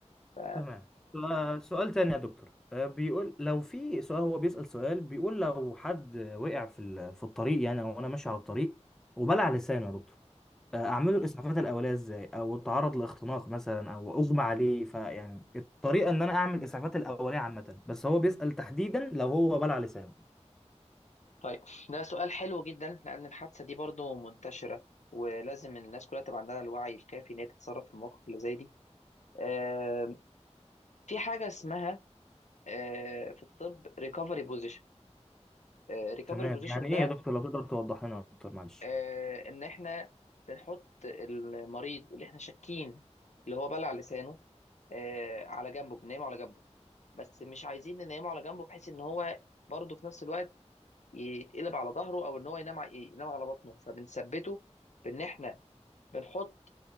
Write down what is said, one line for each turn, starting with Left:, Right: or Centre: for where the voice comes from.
Left: ف...
Centre: تمام ف- سؤال تاني يا دكتور آه، بيقول لو في سؤال هو بيسأل سؤال بيقول لو حد وقع في ال- في الطريق يعني او انا ماشي على الطريق وبلع لسانه يا دكتور آه، اعمل له الاسعافات الاوليه ازاي او اتعرض لاختناق مثلا او اغمى عليه فيعني الطريقه ان انا اعمل الاسعافات الاوليه عامه بس هو بيسأل تحديدا لو هو بلع لسانه
Left: طيب ده سؤال حلو جدا لأن الحادثة دي برضو منتشرة ولازم الناس كلها تبقى عندها الوعي الكافي إن هي تتصرف في المواقف اللي زي دي. آم، في حاجة اسمها آه، في الطب ريكفري بوزيشن. ريكفري
Centre: تمام
Left: بوزيشن
Centre: يعني ايه
Left: ده
Centre: يا دكتور لو تقدر توضح لنا اكتر معلش
Left: آه، إن إحنا بنحط المريض اللي إحنا شاكين اللي هو بلع لسانه آه، على جنبه بننيمه على جنبه بس مش عايزين ننيمه على جنبه بحيث إن هو برضه في نفس الوقت يتقلب على ظهره أو إن هو ينام ع- ينام على بطنه فبنثبته بان احنا بنحط